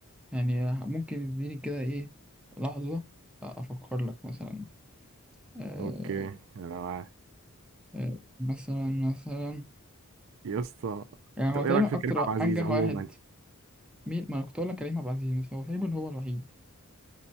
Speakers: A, in the centre; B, on the right (about 60°).
A: يعني ممكن اديني كده ايه لحظة افكر لك مثلا آه
B: اوكي انا معاك
A: آه مثلا مثلا
B: يا اسطى
A: يعني هو
B: طب ايه
A: تقريبا
B: رأيك في
A: اكتر
B: كريم عبد العزيز
A: انجح
B: عموما
A: واحد مين ما أنا كنت اقول لك كريم عبد العزيز بس هو تقريبا هو الوحيد